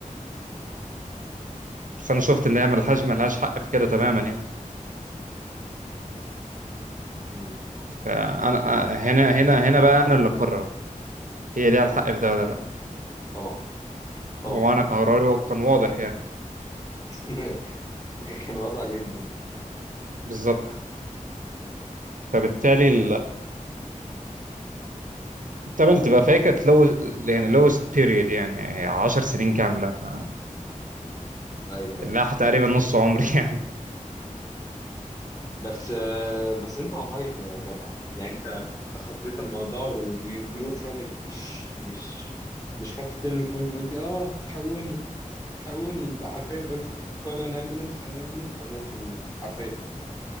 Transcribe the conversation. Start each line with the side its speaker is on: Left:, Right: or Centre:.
Right: بس أنا شفت إن هي ملهاش ملهاش حق في كده تماما يعني
Left: مم،
Right: فأنا آه، هنا هنا هنا بقى أنا اللي أقرر هي ليها الحق
Left: طبعا
Right: في ده ولا لأ
Left: طبعا طبعا
Right: وأنا كان قراري كان واضح يعني
Left: <laughs> كان وضع جدا
Right: بالظبط فبالتالي طب انت بقى فاكر لو يعني lowest period يعني 10 سنين كامله ف
Left: ايوه
Right: لا
Left: ايوه
Right: تقريبا نص عمري <laughs> يعني
Left: بس آه، بس انت والله يا جدع يعني انت تخطيت الموضوع ويو جرو فروم ات مش مش مش خدت تيرنينج بوينت قلت اه حقوني حقوني انت حرفيا قلت كول ان امبيلنس كول ان امبيلنس فنوت في مي حرفيا